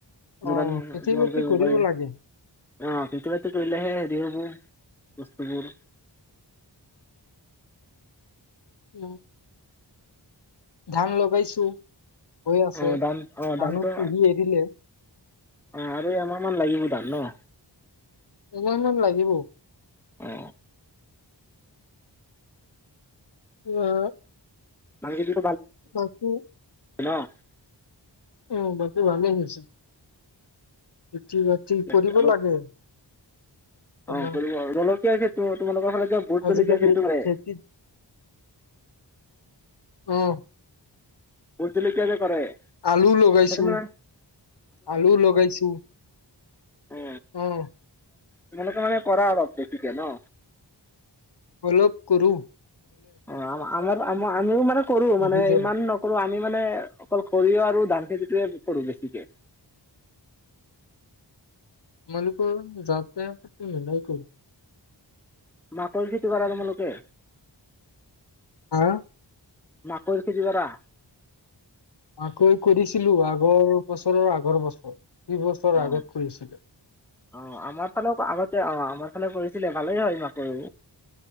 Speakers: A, on the left (about 65°); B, in the centre.
A: অ',
B: যোগান
A: খেতি
B: যোগান
A: বাতি
B: কৰিব পাৰিম।
A: লাগে
B: অ', <unintelligible> কৰিলেহে হেৰি হ'ব। কষ্টবোৰ <inaudible>
A: <unintelligible> ধান লগাইছো। হৈ আছে
B: অ দাম অ
A: <unintelligible>
B: দামটো
A: পুহি এৰিলে
B: অ' আৰু এমাহমান লাগিব তাত ন <inaudible>
A: <unintelligible> মান লাগিব <inaudible>
B: অ
A: <unintelligible>
B: <unintelligible>
A: <unintelligible>
B: <unintelligible> <inaudible>
A: উম বাকী ভালেই হৈছে <unintelligible>
B: ঠিকে
A: <unintelligible> কৰিব
B: আছে আৰু
A: লাগে আপোনাৰ
B: অ কৰিব <unintelligible> <unintelligible> তাগে তো তোালোকৰ ফালে ভোট
A: আজিকালি
B: জলিকীয়া খেলটোৰে
A: খেতিত উম।
B: ভোট জলকীয়া যে কৰে
A: আলু লগাইছো,
B: সেইটো মানে
A: আলু লগাইছো।
B: অ
A: উম।
B: তোমালোকে মানে কৰা অলপ বেছিকে ন।
A: অলপ কৰোঁ।
B: অ আম-আমাৰো-আম আমিও মানে কৰো মানে,
A: বহি যাব।
B: ইমান নকৰো আমি মানে অকল সৰিয়হ আৰু ধান খেতিটোয়ে কৰো বেছিকে।
A: মালিকৰ যাতে মিলাই কৰো।
B: মাকৈ খেতি কৰা তোমালোকে?
A: হা,
B: মাকৈ খেতি কৰা?
A: আকৈ কৰিছিলো, আগৰ বছৰৰ আগৰ বছৰ। দুই বছৰ
B: অ
A: আগত কৰিচিলো।
B: অ, আমাৰ ফালেও আগতে অ, আমাৰ ফালে কৰিছিলে ভালেই হয় ই মাকৈ।